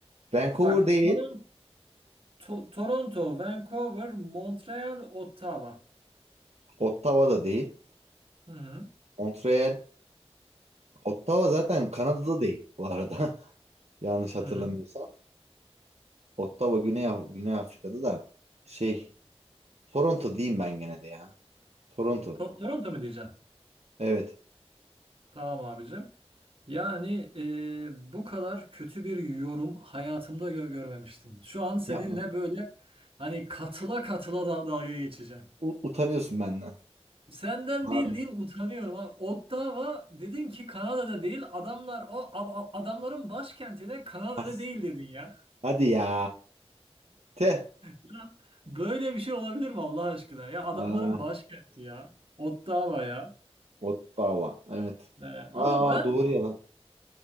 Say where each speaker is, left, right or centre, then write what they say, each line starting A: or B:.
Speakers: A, on the right; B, on the right.
A: Vancouver
B: Bak,
A: değil.
B: Toron- To- Toronto, Vancouver, Montreal, Ottawa.
A: Ottawa da değil.
B: Hı hı.
A: Montreal. Ottawa zaten Kanada'da değil bu arada. <laughs> Yanlış hatırlamıyorsam.
B: Hı hı.
A: Ottawa Güney, Af- Güney Afrika'da da şey Toronto diyeyim ben gene de ya. Toronto.
B: To- Toronto mu diyeceğim?
A: Evet.
B: Tamam abicim. Yani e, bu kadar kötü bir yorum hayatımda gö- görmemiştim. Şu an seninle
A: Yapma.
B: böyle hani katıla katıla da dalga geçeceğim.
A: U- utanıyorsun benden.
B: Senden bildiğin
A: Abi.
B: utanıyorum. ha. Ottawa dedin ki Kanada'da değil. Adamlar o a- a- adamların başkenti de Kanada'da
A: As.
B: değil dedin ya. <laughs>
A: Hadi ya. Te.
B: Ya böyle bir şey olabilir mi Allah aşkına? Ya adamların
A: Aa,
B: başkenti ya. Ottawa ya.
A: Ottawa. Evet.
B: Yani
A: Aa
B: ama ben
A: doğru ya lan.